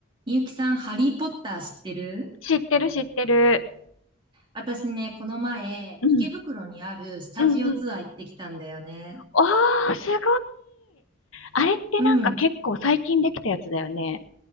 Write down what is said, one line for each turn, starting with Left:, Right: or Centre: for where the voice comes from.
Right: みゆきさん、ハリーポッター知ってる
Left: 知ってる知ってる。
Right: 私ね、この前、
Left: うん。
Right: 池袋にあるスタジオツアー行ってきたんだよね。
Left: うんうん。おー、すごい。あれってなんか結構最近できたやつだよね。
Right: うん。